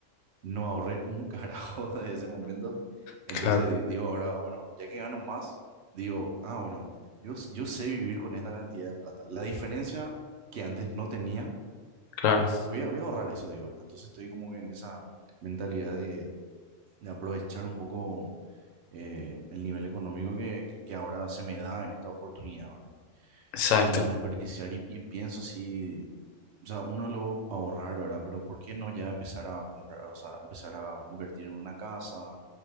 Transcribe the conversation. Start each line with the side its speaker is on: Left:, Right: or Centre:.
Right: no ahorré un <laughs> carajo desde ese momento, entonces
Left: Claro,
Right: di- digo ahora, bueno, ya que gano más, digo, ah, bueno, yo, yo sé vivir con esta cantidad de plata. La diferencia que antes no tenía
Left: claro,
Right: Voy a, voy a ahorrar eso, digo, ¿verdad? Entonces estoy como que en esa mentalidad de, de aprovechar un poco eh, el nivel económico que, que- que ahora se me da en esta oportunidad, ¿verdad?
Left: exacto.
Right: Y no desperdiciar y, y pienso así, o sea, uno lo va a ahorrar, ¿verdad? Pero ¿por qué no ya empezar a comprar, o sea, empezar a invertir en una casa,